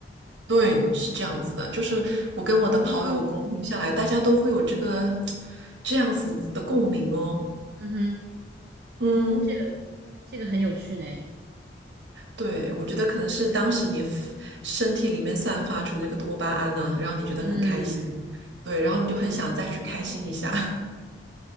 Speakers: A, on the right (about 75°); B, on the right (about 55°).
A: 对，是这样子的，就是我跟我的跑友沟通下来，
B: 啊，
A: 大家都会有这个这样子的共鸣哦。
B: 嗯
A: 嗯，
B: 哼，哦，这个这个很有趣呢。
A: 对，我觉得可能是当时你 f- 身体里面散发出的这个多巴胺呐、让你觉得很开心，
B: 嗯，
A: 对，然后你就很想再去开心一下，
B: 对对对，